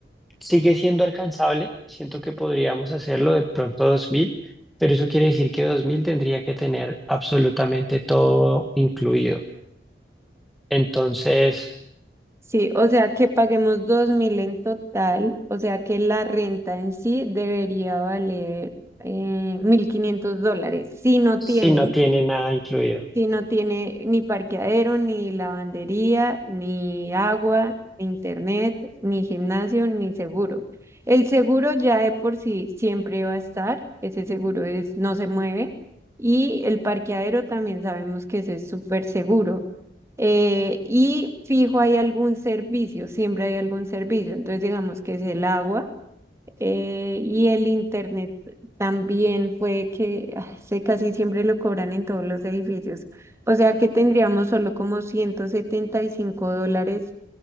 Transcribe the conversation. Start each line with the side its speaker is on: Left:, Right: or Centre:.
Centre: sigue siendo alcanzable, siento que podríamos hacerlo de pronto 2000, pero eso quiere decir que 2000 tendría que tener absolutamente todo incluido. Entonces,
Right: Sí, o sea que paguemos 2.000 en total, o sea que la renta en sí debería valer eh, 1.500 dólares. Si no
Centre: si
Right: tiene,
Centre: no tiene nada incluido.
Right: si no tiene ni parqueadero, ni lavandería, ni agua, ni internet, ni gimnasio, ni seguro. El seguro ya de por sí siempre va a estar, ese seguro es, no se mueve, y el parqueadero también sabemos que ese es súper seguro. Eh, y fijo hay algún servicio, siempre hay algún servicio. Entonces digamos que es el agua eh, y el internet también fue que ah, ese casi siempre lo cobran en todos los edificios. O sea que tendríamos solo como 175 dólares.